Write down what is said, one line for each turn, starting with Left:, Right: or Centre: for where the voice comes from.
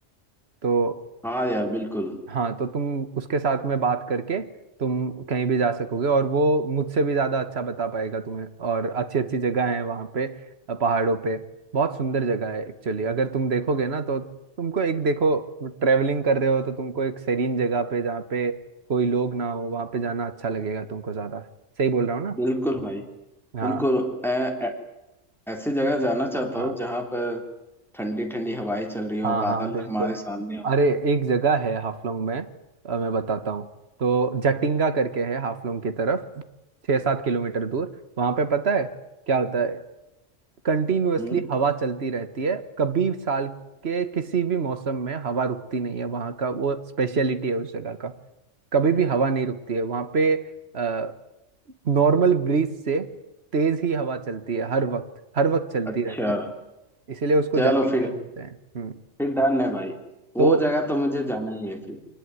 Right: तो
Centre: हाँ यार बिल्कुल
Right: हाँ तो तुम उसके साथ में बात करके तुम कहीं भी जा सकोगे और वो मुझसे भी ज़्यादा अच्छा बता पाएगा तुम्हें और अच्छी अच्छी जगह है वहाँ पे अ, पहाड़ों पे बहुत सुंदर जगह है एक्चुअली अगर तुम देखोगे ना तो तुमको एक देखो ट्रैवलिंग कर रहे हो तो तुमको एक सेरीन जगह पे जहाँ पे कोई लोग ना हो वहाँ पे जाना अच्छा लगेगा तुमको ज़्यादा सही बोल रहा हूँ ना
Centre: बिल्कुल भाई
Right: हाँ
Centre: बिल्कुल ऐ- ऐ- ऐसी जगह जाना चाहता
Right: हाँ
Centre: हूँ जहाँ पर ठंडी ठंडी हवाएं चल रही हो
Right: हाँ
Centre: बादल
Right: हाँ बिल्कुल
Centre: हमारे सामने हो
Right: अरे एक जगह है हाफलोंग में अ, मैं बताता हूँ तो जटिंगा करके है हाफलोंग की तरफ छः सात किलोमीटर दूर वहाँ पे पता है क्या होता है कंटिन्यूअसली
Centre: हम्म
Right: हवा चलती रहती है कभी साल के किसी भी मौसम में हवा रुकती नहीं है वहाँ का वो स्पेशलिटी है उस जगह का कभी भी हवा नहीं रुकती है वहाँ पे अ, नॉर्मल ब्रीज से तेज ही हवा चलती है हर वक्त हर वक्त चलती
Centre: अच्छा
Right: रहती है इसीलिए उसको
Centre: चलो
Right: जाकिंगा
Centre: फिर
Right: बोलते हैं हम्म
Centre: फिर डन है भाई वो
Right: तो
Centre: जगह तो मुझे जाना ही है फिर